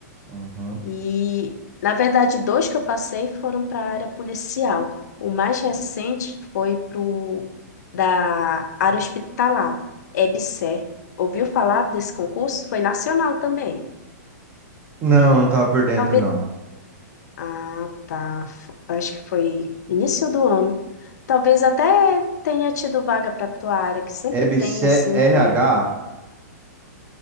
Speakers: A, on the right (about 20°); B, on the left (about 70°).
A: Uhum.
B: E, na verdade, dois que eu passei foram para a área policial. O mais recente foi pro da área hospitalar, EBSER. Ouviu falar desse concurso? Foi nacional também.
A: Não, não tava por dentro,
B: Talvez,
A: não.
B: Ah, tá. F- Acho que foi início do ano. Talvez até tenha tido vaga para tua área, que sempre
A: EBC
B: tem assim
A: RH?
B: também.